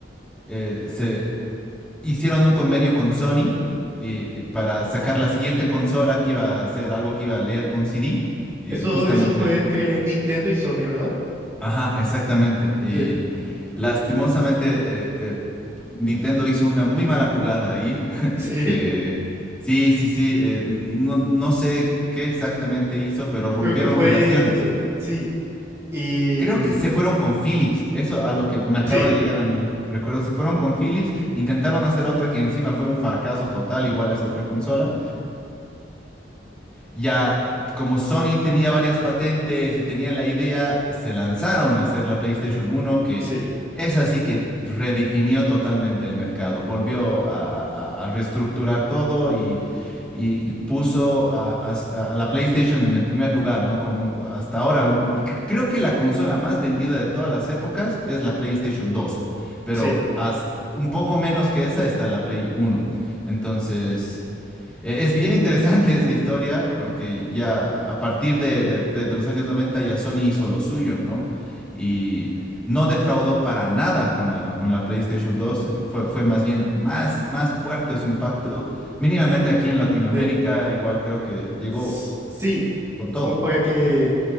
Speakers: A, in the centre; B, on the right (about 15°).
A: eh, se hicieron un convenio con Sony eh, para sacar la siguiente consola que iba a ser algo que iba a leer con CD, y
B: Eso,
A: justamente
B: eso fue entre Nintendo y Sony, ¿verdad?
A: Ajá, exactamente. Y
B: sí.
A: lastimosamente eh, eh, Nintendo hizo una muy mala jugada ahí, <laughs>
B: Sí,
A: que sí, sí, sí, eh, no, no sé qué exactamente hizo, pero rompieron
B: creo que fue,
A: relaciones.
B: sí, Y
A: Creo que se fueron con Philips, eso a lo que me acaba
B: sí,
A: de llegar a mi recuerdo, se fueron con Philips, intentaron hacer otra que encima fue un fracaso total, igual es otra consola, ya, eh, como Sony tenía varias patentes y tenía la idea, se lanzaron a hacer la PlayStation 1, que
B: sí,
A: es así que redefinió totalmente el mercado, volvió a, a- a reestructurar todo y, y- y puso a, a- a la PlayStation en el primer lugar, ¿no? Como hasta ahora, un- cre- creo que la consola más vendida de todas las épocas es la PlayStation 2, pero
B: sí,
A: hasta un poco menos que esa está la Play 1. Entonces... Eh, Es bien interesante <laughs> esa historia porque ya a partir de, de- de- de los años 90 ya Sony hizo lo suyo, ¿no? Y no defraudó para nada con la, con la PlayStation 2. eh, Fue, fue más bien más, más fuerte su impacto. Mínimamente aquí en Latinoamérica,
B: de,
A: igual creo que llegó
B: s- sí,
A: con todo.
B: como para que,